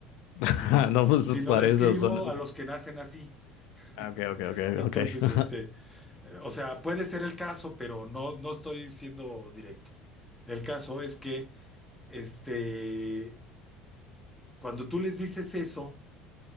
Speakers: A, on the left (about 70°); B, in the centre.
A: <laughs>
B: sino,
A: No, pues
B: sino
A: parece,
B: describo
A: suena.
B: a los que nacen así.
A: Ah,
B: <laughs>
A: Ok, ok, ok,
B: Entonces,
A: ok. <laughs>
B: este, eh, o sea, puede ser el caso, pero no, no estoy siendo directo. El caso es que, este, cuando tú les dices eso,